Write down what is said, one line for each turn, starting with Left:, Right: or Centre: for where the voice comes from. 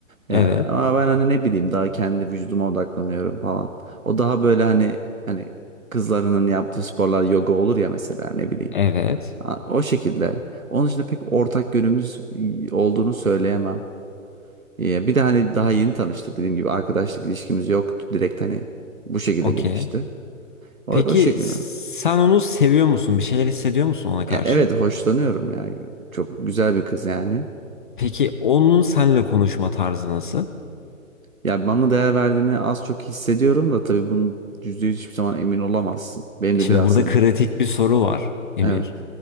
Right: E,
Left: Evet.
Right: ama ben hani ne bileyim daha kendi vücuduma odaklanıyorum falan. O daha böyle hani hani kızlarının yaptığı sporlar yoga olur ya mesela ne bileyim.
Left: Evet.
Right: A- O şekilde. Onun dışında pek ortak yönümüz y- olduğunu söyleyemem. Ya Bir de hani daha yeni tanıştık dediğim gibi arkadaşlık ilişkimiz yoktu. Direkt hani bu şekilde
Left: Okey.
Right: gelişti. O,
Left: Peki
Right: o şekilde.
Left: sen onu seviyor musun? Bir şeyler hissediyor musun ona karşı?
Right: Ya evet hoşlanıyorum yani. Çok güzel bir kız yani.
Left: Peki onun seninle konuşma tarzı nasıl?
Right: Ya bana değer verdiğini az çok hissediyorum da tabii bunu yüzde yüz hiçbir zaman emin olamazsın. Benim
Left: Şimdi
Right: de biraz
Left: burada
Right: hani
Left: kritik bir soru var Emir.
Right: evet.